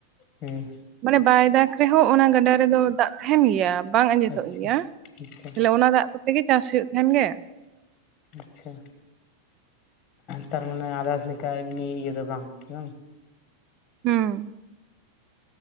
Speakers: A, on the left; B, on the right.
A: ᱦᱮᱸ
B: ᱢᱟᱱᱮ ᱵᱟᱭ ᱫᱟᱜᱽ ᱨᱮᱦᱚᱸ ᱚᱱᱟ ᱜᱟᱰᱟ ᱨᱮᱫᱚ ᱫᱟᱜ ᱛᱟᱦᱮᱱ ᱜᱮᱭᱟ ᱵᱟᱝ ᱟᱸᱡᱮᱫᱚᱜ
A: ᱟᱪᱪᱷᱟ
B: ᱜᱮᱭᱟ
A: ᱟᱪᱪᱷᱟ
B: ᱛᱟᱦᱚᱞᱮ ᱚᱱᱟ ᱫᱟᱜ ᱠᱚᱛᱮ ᱜᱮ ᱪᱟᱥ ᱦᱩᱭᱩᱜ ᱛᱟᱦᱮᱱ ᱜᱮᱭᱟ
A: ᱟᱪᱷᱟ ᱛᱟᱨ ᱢᱟᱱᱮ ᱟᱫᱟᱥ ᱞᱮᱠᱟ ᱮᱢᱱᱤ ᱤᱭᱟᱹ ᱫᱚ ᱵᱟᱝ ᱥᱮᱵᱟᱝ
B: ᱦᱩᱸ